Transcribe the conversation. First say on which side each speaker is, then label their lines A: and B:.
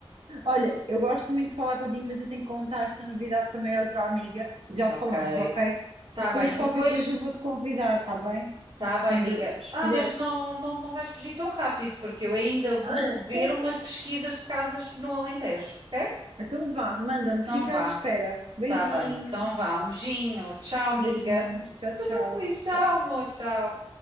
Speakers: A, on the right; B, on the right.
A: Olha, eu gosto muito de falar contigo, mas eu tenho que contar esta novidade também a outra amiga. Já
B: Ok,
A: falamos, ok?
B: está
A: Depois
B: bem.
A: qualquer
B: Depois
A: coisa eu vou-te convidar, tá bem?
B: Tá bem,
A: quando
B: amiga.
A: eu escolher.
B: Ah, mas não, não, não vais fugir tão rápido, porque eu ainda vou
A: Ah,
B: ver
A: <laughs>
B: umas pesquisas de casas no Alentejo, ok?
A: então vá, manda-me,
B: Então
A: fica
B: vá,
A: à espera. Beijinhos,
B: tá bem. Então vá, um beijinho. Tchau, amiga.
A: beijinhos, tchau,
B: Estou
A: tchau,
B: tão feliz. Tchau,
A: tchau.
B: amor. Tchau.